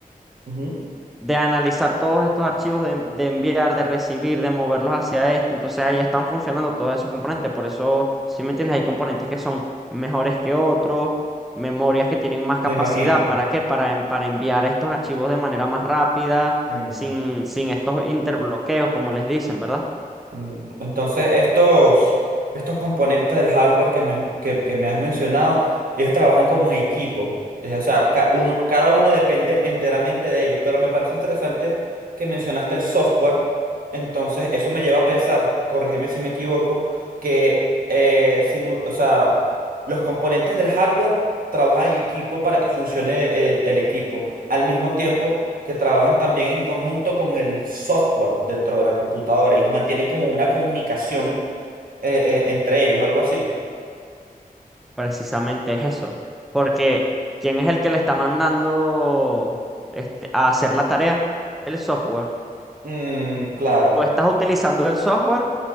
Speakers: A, on the right; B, in the centre.
A: ujú.
B: De analizar todos estos archivos, de, de enviar, de recibir, de moverlos hacia este. Entonces ahí están funcionando todos esos componentes. Por eso, ¿sí me entiendes? Hay componentes que son mejores que otros, memorias que tienen más capacidad.
A: me imagino.
B: ¿Para qué? Para, en- para enviar estos archivos de manera más rápida,
A: Mm,
B: sin, sin estos interbloqueos, como les dicen, ¿verdad?
A: mm. Entonces, estos, estos componentes del hardware que me, han- que, que me has mencionado, ellos trabajan como en equipo. Eh, o sea, ca- uno, cada uno depende enteramente de ellos. Pero me parece interesante que mencionaste el software. Entonces, eso me lleva a pensar, corrígeme si me equivoco, que eh, simu- o sea, los componentes del hardware trabajan en equipo para que funcione el el equipo. al mismo tiempo que trabajan también en conjunto con el software dentro de la computadora y mantienen como una comunicación eh, eh, entre ellos, algo así.
B: Precisamente es eso. Porque ¿quién es el que le está mandando este, a hacer la tarea? El software.
A: Mm, claro,
B: Tú estás utilizando el software,